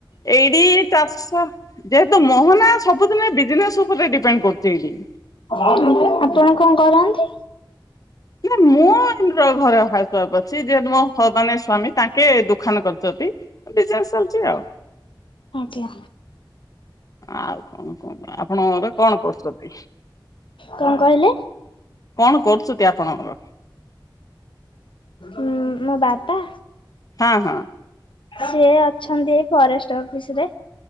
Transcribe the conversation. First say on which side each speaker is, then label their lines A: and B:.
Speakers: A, on the left (about 45°); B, on the left (about 85°).
A: ଏଇଟି ଚାଷ ଯେହେତୁ ମୋହନା ସବୁଦିନେ ବିଜନେସ୍ ଉପରେ ଡିପେଣ୍ଡ କରୁଚି ଏଇଟି।
B: <unintelligible> ଆପଣ କଣ କରନ୍ତି?
A: <unintelligible> <unintelligible> ମୋ ହ ମନେ ସ୍ଵାମୀ ତାଙ୍କେ ଦୋଖାନ କରିଚନ୍ତି ବିଜନେସ୍ ଚାଲ୍ଚି ଆଉ।
B: ଆଜ୍ଞା।
A: ଆଉ କଣ କୁହନ୍ତୁ, ଆପଣଙ୍କ ଘରେ କଣ କରୁଚତି?
B: କଣ କହିଲେ?
A: କଣ କରୁଚତି ଆପଣଙ୍କ <unintelligible>
B: ଉଁ ମୋ ବାପା?
A: ହଁ-ହଁ।
B: ସିଏ ଅଛନ୍ତି ଏ ଫରେଷ୍ଟ ଅଫିସ୍ ରେ